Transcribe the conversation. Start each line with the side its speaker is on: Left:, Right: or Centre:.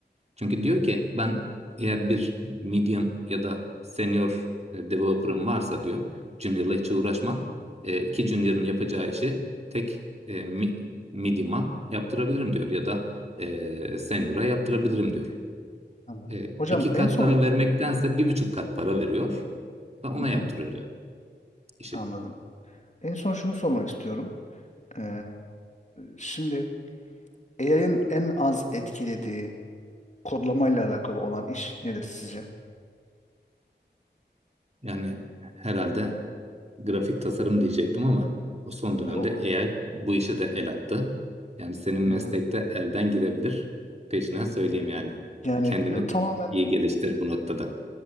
Right: Çünkü diyor ki ben eğer bir medium ya da senior e, developer'ım varsa diyor junior'la hiç uğraşmam. E, iki junior'ın yapacağı işi tek e, mi- medium'a yaptırabilirim diyor ya da e, senior'a yaptırabilirim diyor.
Left: Anladım.
Right: E,
Left: Hocam
Right: iki kat
Left: en son
Right: para vermektense bir buçuk kat para veriyor ve ona
Left: Hı hı,
Right: yaptırıyor yani işi.
Left: anladım. En son şunu sormak istiyorum. Ee, şimdi AI'ın en az etkilediği kodlamayla alakalı olan iş nedir sizce?
Right: Yani herhalde grafik tasarım diyecektim ama o son dönemde
Left: E, O,
Right: AI bu işe de el attı. Yani senin meslekte
Left: Hı hı.
Right: elden gidebilir. Peşine söyleyeyim yani.
Left: Yani
Right: Kendini
Left: yo, tamamen
Right: iyi geliştir bu noktada.